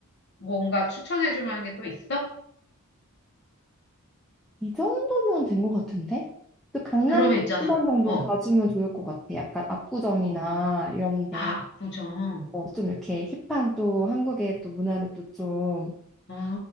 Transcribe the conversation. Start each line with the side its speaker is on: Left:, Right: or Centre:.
Left: 뭔가 추천해 줄 만한 게 또 있어?
Centre: 이 정도면 된 것 같은데? 또 강남
Left: 그러면 있잖아.
Centre: 한 번 정도
Left: 어.
Centre: 가주면 좋을 것 같아. 약간 압구정이나
Left: 어.
Centre: 이런데
Left: 아, 압구정.
Centre: 어, 좀 이렇게 힙한 또 한국의 또 문화를 또 좀,
Left: 아.